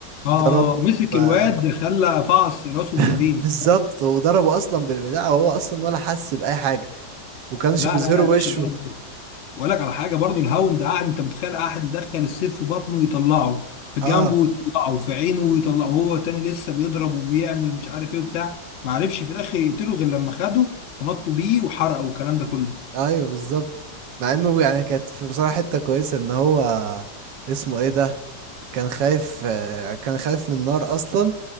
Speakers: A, on the left (about 80°); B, on the right (about 80°).
A: آه،
B: ضربوا
A: مسك
B: آه،
A: الواد خلى فعص راسه
B: <laughs>
A: بايديه
B: بالظبط وضربوا اصلا بالبتاع وهو اصلا ولا حس باي حاجه وكانش
A: لا
B: بيظهروا
A: لا لا يا باشا
B: وشه
A: ضرب واقول لك على حاجه برضو الهاوند قاعد انت متخيل قاعد يدخل السيف في بطنه ويطلعه في جنبه
B: اه
A: ويطلعه في عينه ويطلعه هو تاني لسه بيضرب وبيعمل مش عارف ايه وبتاع ما عرفش في الاخر يقتله غير لما خده ونطوا بيه وحرقه والكلام ده كله
B: ايوه بالظبط مع انه يعني كانت في بصراحه حته كويسه ان هو اسمه ايه ده كان خايف آه، كان خايف من النار اصلا